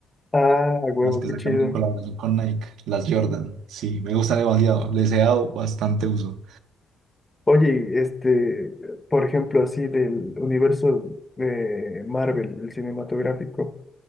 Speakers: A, on the left (about 15°); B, on the right (about 85°).
A: ah, huevo,
B: las que
A: qué
B: sacaron
A: chido.
B: en colaboración con Nike, las Jordan. Sí, me gustan demasiado. Les he dado bastante uso.
A: Oye, este, por ejemplo, así del universo de Marvel, el cinematográfico,